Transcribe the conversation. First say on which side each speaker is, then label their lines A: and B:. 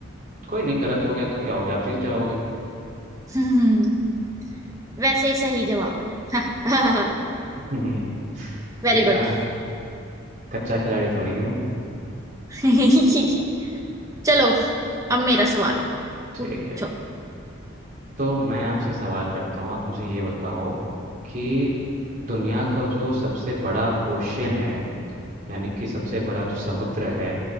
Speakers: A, on the right (about 40°); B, on the right (about 15°).
A: कोई नहीं गलत हो गया तो क्या हो गया आप जीत जाओगे
B: <laughs> हम्म वैसे सही जवाब है <laughs>
A: हम्म,
B: Very
A: इतना
B: good
A: कच्चा खिलाड़ी थोड़ी हूँ
B: <laughs> चलो अब मेरा सवाल
A: ठीक
B: पूछो
A: है तो मैं आपसे सवाल करता हूँ आप मुझे ये बताओ कि दुनिया का जो सबसे बड़ा ओशियन है यानी कि सबसे बड़ा जो समुद्र है